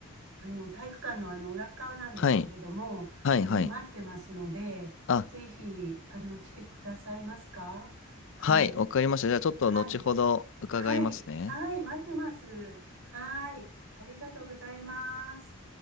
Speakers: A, on the right; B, on the left.
A: あの、体育館のあの、裏っ側なんですけれども、
B: はい。はい。
A: あの、
B: はい。
A: 待ってますので、
B: あ、
A: ぜひ、あの、来てくださいますかはい。
B: はい。わかりました。じゃあちょっと後ほど伺いますね。
A: はい。はい。はい。待ってます。はい。ありがとうございます。